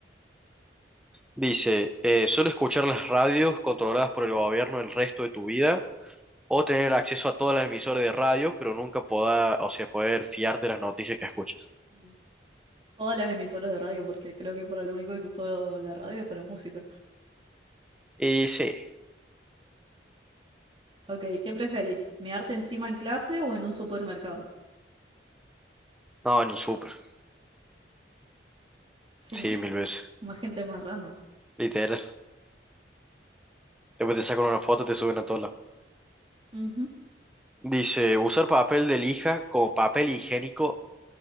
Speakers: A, in the centre; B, on the right.
A: Dice, eh, solo escuchar las radios controladas por el gobierno el resto de tu vida, o tener acceso a todas las emisoras de radio, pero nunca poder, o sea, poder fiarte de las noticias que escuchas.
B: Mm. Todas las emisoras de radio, porque creo que para lo único que uso la radio es para música.
A: Y sí,
B: Ok, ¿qué preferís? ¿Mearte encima en clase o en un supermercado?
A: no, en un súper,
B: Si
A: sí,
B: no,
A: mil veces,
B: más gente más random.
A: literal. Después te sacan una foto y te suben a todos lados.
B: Ujú.
A: Dice, usar papel de lija como papel higiénico